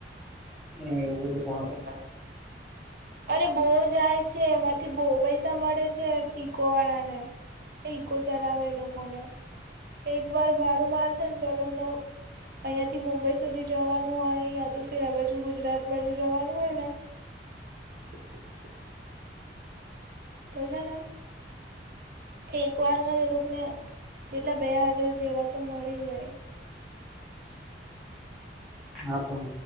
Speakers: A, in the centre; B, on the right.
A: નહી એવું બધું કોણ
B: હા અરે બહુ જાય છે એમાંથી બહુ પૈસા મળે છે ઇકો વાળા ને ઈકો ચલાવે લોકોને એક વાર ભાડું મારશે ને તો ન અહીંયાથી મુંબઈ સુધી જવાનું હોય યા તો ફિર આ બાજુ ગુજરાત બાજુ જવાનું હોય ને <inaudible> તો હે ને એક વાર માં એ લોકો ને એટલા બે હજાર જેવા તો મળી જાય.
A: હા પણ